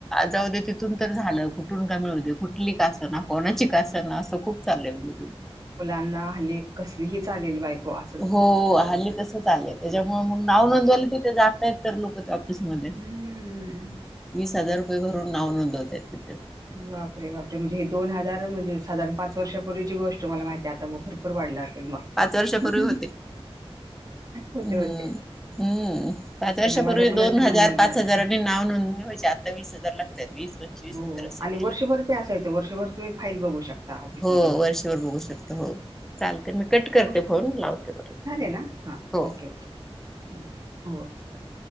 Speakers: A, in the centre; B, on the right.
A: जाऊदे तिथून तर झालं कुठून का मिळूदे कुठली का असना, कोणाची का असना असं खूप चाललंय <unintelligible>
B: मुलांना हल्ली कसलीही चालेल बायको असंच
A: हो हल्ली तसच चाललंय त्याच्यामुळे मग नाव नोंदवायला तिथं जात आहेत तर लोकं ऑफिसमध्ये.
B: हम्म
A: वीस हजार रुपय भरून नाव नोंदवत आहेत तिथं.
B: बापरे! बापरे! म्हणजे हे दोन हजार म्हणजे साधारण पाच वर्षापूर्वीची गोष्ट मला माहि ती आता म भरपूर वाढलं असल मग
A: पाच वर्षापूर्वी होते
B: होते
A: हम्म.
B: होते
A: हम्म पाच वर्षापूर्वी
B: कारण माझ्या मुलाचं
A: दोन हजार
B: नोंदवलं
A: पाच
B: होतं.
A: हजारांनी नाव नोंदणी व्हायच्या. आता वीस हजार लागत्यात वीस पंचवीस
B: हो
A: हजार असं
B: आणि
A: घ्यायला
B: वर्षभर ते असायचं वर्षभर तुम्ही फाईल बघू शकता ऑफिसमध्ये
A: हो
B: येऊन.
A: वर्षभर बघू
B: <unintelligible>
A: शकतो हो चालते मी कट करते फोन लावते बरोबर
B: झाले ना हां
A: हो
B: ओके ओके. Okay bye.